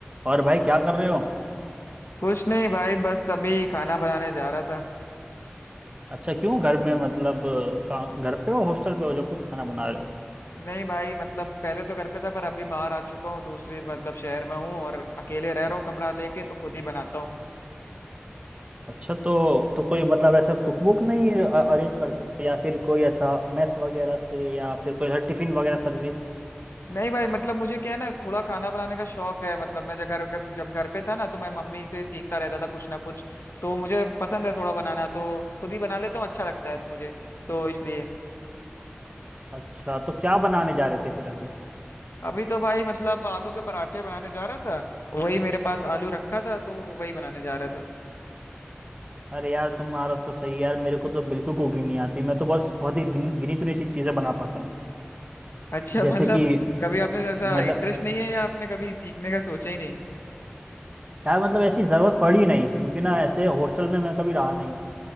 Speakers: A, on the right; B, on the left.
A: और भाई क्या कर रहे हो
B: कुछ नहीं भाई बस अभी खाना बनाने जा रहा था
A: अच्छा क्यों घर में मतलब का, घर पे हो हॉस्टल पे हो जो खुद खाना बना रहे हो
B: नहीं भाई मतलब पहले तो घर पे था पर अभी बाहर आ चुका हूँ दूसरी मतलब शहर में हूँ और अकेले रह रहा हूँ कमरा लेके तो खुद ही बनाता हूँ
A: अच्छा तो तो कोई मतलब ऐसा कुक बुक नहीं अरेंज कर सकते या फिर कोई ऐसा मेस वगैरह से या फिर कोई ऐसा टिफिन वगैरह सर्विस
B: नहीं भाई मतलब मुझे क्या है ना थोड़ा खाना बनाने का शौक है मतलब मैं जब घर जब घर पे था ना तो मैं मम्मी से सीखता रहता था कुछ ना कुछ तो मुझे पसंद है थोड़ा बनाना तो खुद ही बना लेता हूँ अच्छा लगता है मुझे तो इसलिए
A: अच्छा तो क्या बनाने जा रहे थे फिर अभी
B: अभी तो भाई मतलब आलू के पराठे बनाने जा रहा था वही मेरे पास आलू रखा था तो वही बनाने जा रहा था
A: अरे यार तुम्हारा तो सही है यार मेरे को तो बिल्कुल कुकिंग नहीं आती मैं तो बस बहुत ही गिन, गिनी चुनी सी चीजें बना पाता हूँ
B: अच्छा
A: जैसे
B: मतलब
A: कि
B: कभी आपने ऐसा
A: मतलब
B: इंटरेस्ट नहीं है या आपने कभी सीखने का सोचा ही नहीं
A: यार मतलब ऐसी जरूरत पड़ी नहीं क्योंकि ना ऐसे हॉस्टल में मैं कभी रहा नहीं